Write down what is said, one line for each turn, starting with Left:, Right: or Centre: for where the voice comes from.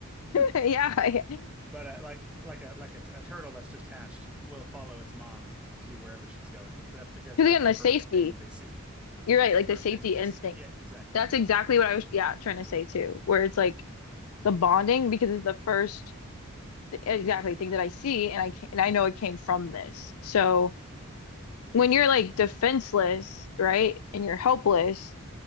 Centre: <laughs>
Left: yeah, yeah.
Centre: But uh, like like a like a, t- a turtle that's just hatched will follow its mom to wherever she's going, but that's because
Left: Because
Centre: that's
Left: again,
Centre: the
Left: the
Centre: first
Left: safety.
Centre: thing that they see.
Left: You're right.
Centre: That's
Left: Like
Centre: the first
Left: the safety
Centre: thing that they
Left: instinct.
Centre: see. Yeah, exactly.
Left: That's exactly what I was, yeah, trying to say too. Where it's like the bonding because it's the first exactly thing that I see, and I can, and I know it came from this. So when you're like defenseless, right, and you're helpless,